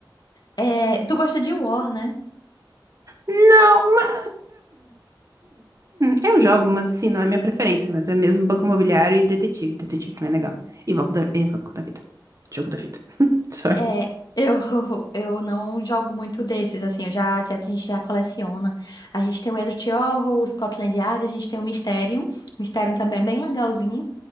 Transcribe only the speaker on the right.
Não, mas. eu jogo, mas assim, não é minha preferência. Mas é mesmo banco imobiliário e detetive. Detetive também é legal. E banco da, e banco da vida. Jogo da vida. <laughs> Sorry.